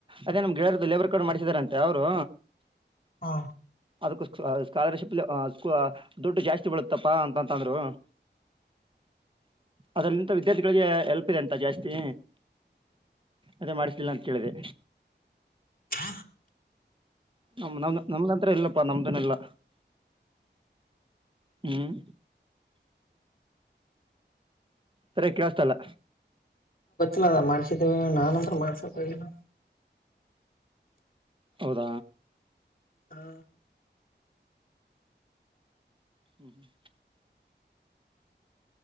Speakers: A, on the right; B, on the left.
A: ಅದೇ ನಮ್ಗೆಳರ್ ಲೇಬರ್ ಕಡ್ ಮಾಡಿಸಿದಾರಂತೆ ಅವರು
B: ಹಾ
A: ಅದಕ್ಕ ಸ್ಕಾಲರ್ಶಿಪ್ ದುಡ್ಡು ಜಾಸ್ತಿ ಬಳತ್ತಪ್ಪಾ ಅಂತಂತಂದ್ರು ಅದಲ್ಲಿಂತ ವಿದ್ಯಾರ್ಥಿಗಳಿಗೆ ಎಲ್ಪ್ ಇದೆ ಅಂತ ಜಾಸ್ತಿ ಅದೇ ಮಾಡ್ಿಸ್ಿಲ್ಲ ಅಂತ ಕೇಳ್ದಿದೆ
B: ಹ
A: ನಮ್ ನಮ ನಮತ್ರ ಇಲ್ಲಪ್ಪಾ ನಮ್ದನೆಲ್ಲ ಹ್ಮ್ ಸರಿ ಕೇಳಸ್ತಲ್ಲ
B: ದ ಮಾಡ್ಸಿದೇವಿ ನಾನನ್ಂದ ಮಾಡ್ಸತಲ್ಲ
A: ಹೌದ
B: ಹಾ
A: ಹ್ಮ್ ಹ್ಮ್